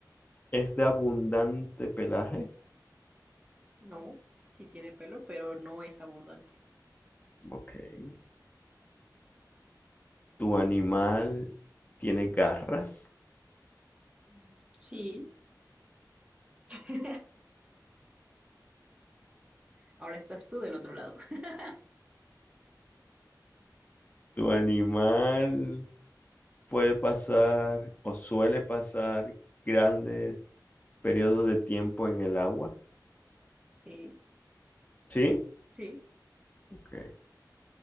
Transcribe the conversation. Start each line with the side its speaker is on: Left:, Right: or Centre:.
Left: es de abundante pelaje?
Right: No, sí tiene pelo, pero no es abundante.
Left: Ok. ¿Tu animal tiene garras?
Right: Mm, Sí. <laughs> Ahora estás tú del otro lado. <laughs>
Left: ¿Tu animal puede pasar o suele pasar grandes periodos de tiempo en el agua.
Right: Sí,
Left: ¿Sí?
Right: sí.
Left: Ok.